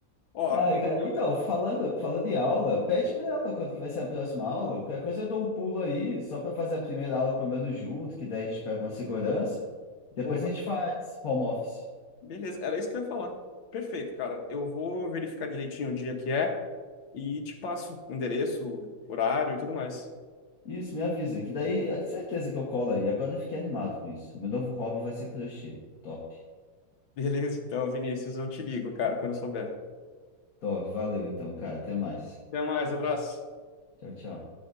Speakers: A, on the left; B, on the left.
A: Ó,
B: Ai,
A: eu-
B: cara,
A: eu-
B: então, falando, falando em aula, pede pra ela quando que vai ser a próxima aula. Qualquer coisa eu dou um pulo aí, só pra fazer a primeira aula pelo menos junto, que daí a gente pega uma segurança. Depois
A: boa.
B: a gente faz home office.
A: Beleza, era isso que eu ia falar. Perfeito, cara. Eu vou verificar direitinho o dia que é e te passo o endereço, horário e tudo mais.
B: Isso, me avisa, que daí é certeza que eu colo aí. Agora eu fiquei animado com isso. Meu novo hobby vai ser crochê. Top.
A: Beleza, então, Vinícius, eu te ligo, cara, quando eu souber.
B: Top, valeu então, cara. Até mais.
A: Até mais, abraço.
B: Tchau, tchau.